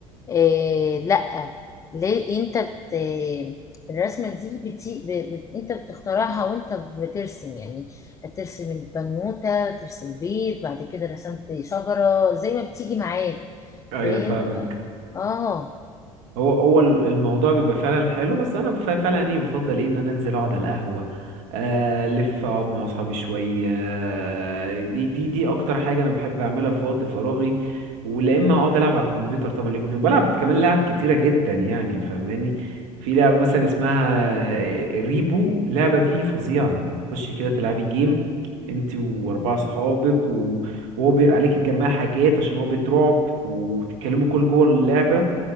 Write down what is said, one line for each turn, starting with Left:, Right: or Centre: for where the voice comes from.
Left: إيه لا ليه انت بت الرسمه دي بتي... ب... بت... انت بتخترعها وانت بترسم يعني ترسم البنوته ترسم بيت بعد كده رسمت شجره زي ما بتيجي معاك
Right: ايوه
Left: فاهم
Right: فاهمك
Left: اه
Right: هو هو ال- الموضوع بيبقى فعلا حلو بس انا بف- فعلا ايه بفضل ايه ان انا انزل اقعد على القهوه آه، الف اقعد مع اصحابي شويه آه، دي دي دي اكتر حاجه انا بحب اعملها في وقت فراغي ولا اما اقعد العب على الكمبيوتر طبعا ليجو اوف بلعب كمان لعب كتيره جدا يعني فاهماني في لعبه مثلا اسمها آه، ريبو اللعبه دي فظيعه يعني بتخشي كده تلعبي جيم انت واربعه
Left: قوليلي.
Right: اصحابك و- وهو بي- عليك تجمعي حاجات عشان هو بيت رعب وتتكلموا كل جوه اللعبه